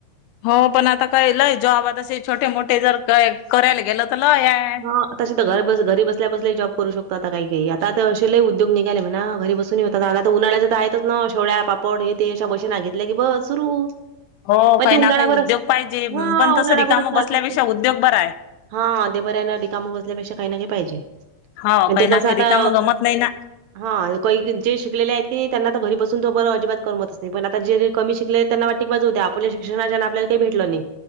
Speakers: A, on the left; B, on the right.
A: हो. पण आता काय लय जॉब आता छोटे- मोठे जर काय करायला गेलं तर लय हाय.
B: हा. तशे त घर बस घरी बसल्या बसल्या ही जॉब करू शकतो. आता काही काही आता तर तशे लइ उद्योग निघाले म्हणा घरी बसून ही झाल आता उन्हाळ्याच तर आहेतच ना. शेवळ्या, पापड हे ते अश्या मशीना घेतल्या की बस सुरू.
A: हो
B: पण
A: काइ
B: ते
A: ना
B: उन्हाळ्यावरच
A: काइ उद्योग पाहीजे
B: हा
A: पण तसं
B: उन्हाळ्यावरच
A: रिकामं
B: चालतात
A: बसल्यापेक्षा
B: ते.
A: उद्योग बराय.
B: हा ते बर हायना. रिकाम बसल्यापेक्षा काही ना काही पाहीजे
A: हो काही
B: ते
A: ना
B: कसं
A: काही
B: आता
A: रिकाम गमत नाही ना
B: हा. काही जे शिकलेल आहेत ते त्यांना त घरी बसून तो बर अजिबात करमतच नाही. पण आता जे कमी शिकले आहेत त्यांना वाटतय की बस होऊद्या. आपल्या शिक्षणाच्या आपल्याला काही भेटलं नाही.